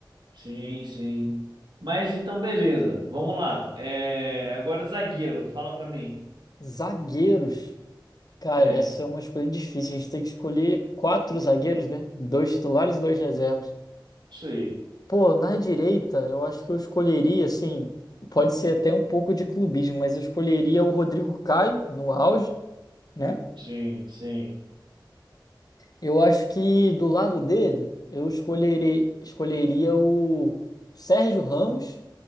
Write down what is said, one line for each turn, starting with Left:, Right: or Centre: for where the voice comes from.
Right: Sim, sim. Mas então, beleza. Vamos lá. É, agora, zagueiro, fala pra mim.
Left: Zagueiros. Cara,
Right: É,
Left: essa é uma escolha difícil. A gente tem que escolher quatro zagueiros, né? Dois titulares e dois reservas.
Right: isso aí.
Left: Pô, na direita, eu acho que eu escolheria, assim, pode ser até um pouco de clubismo, mas eu escolheria o Rodrigo Caio no auge, né?
Right: Sim, sim.
Left: Eu acho que do lado dele, eu escolheria, escolheria o Sérgio Ramos